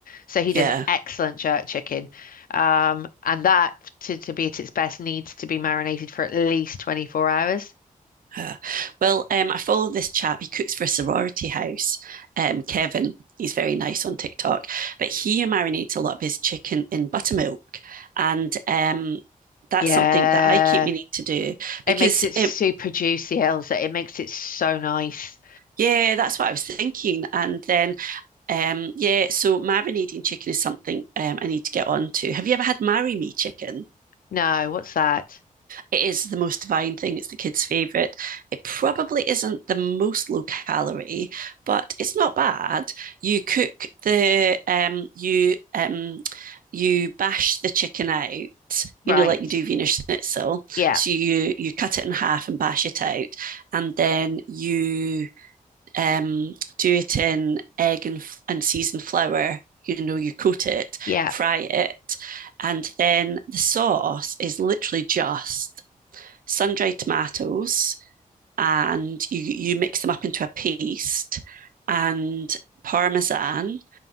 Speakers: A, on the left (about 80°); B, on the right (about 80°).
A: so he does
B: Yeah.
A: excellent jerk chicken, um, and that to to be at its best needs to be marinated for at least 24 hours.
B: Uh, well, um, I follow this chap. He cooks for a sorority house. Um, Kevin, he's very nice on TikTok, but he marinates a lot of his chicken in buttermilk, and um, that's
A: Yeah,
B: something that I keep meaning to do because,
A: it makes it super
B: it,
A: juicy, Elsa. It makes it so nice.
B: yeah, that's what I was thinking. And then, um, yeah, so marinating chicken is something um, I need to get on to. Have you ever had marry me chicken?
A: No, what's that?
B: It is the most divine thing. It's the kids' favorite. It probably isn't the most low calorie, but it's not bad. You cook the um you um you bash the chicken out, you
A: Right.
B: know, like you do Wiener Schnitzel.
A: Yeah.
B: So you you cut it in half and bash it out, and then you um do it in egg and and seasoned flour. You know, you coat it,
A: Yeah.
B: fry it, and then the sauce is literally just sun-dried tomatoes and you you mix them up into a paste and parmesan